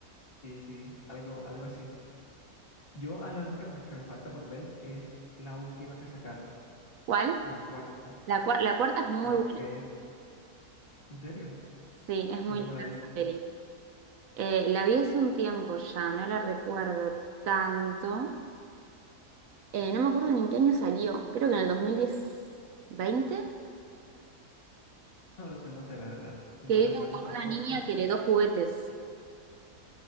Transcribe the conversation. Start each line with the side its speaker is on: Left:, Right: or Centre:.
Left: sí, sí, algo, algo así. Yo a la única que que me falta por ver es la última que sacaron,
Right: ¿Cuál?
Left: la cuarta,
Right: La, cua- la cuarta es muy
Left: la
Right: buena.
Left: que es, ¿en serio?
Right: Sí, es muy
Left: Yo no me
Right: linda
Left: la he visto.
Right: esa peli. Eh, la vi hace un tiempo ya, no la recuerdo
Left: <laughs>
Right: tanto. Eh, no me acuerdo ni en qué año salió, creo que en el dos mil veinte
Left: No lo sé, no sé, la verdad. No
Right: que
Left: recuerdo
Right: iban con
Left: tampoco.
Right: una niña
Left: <laughs>
Right: que heredó juguetes.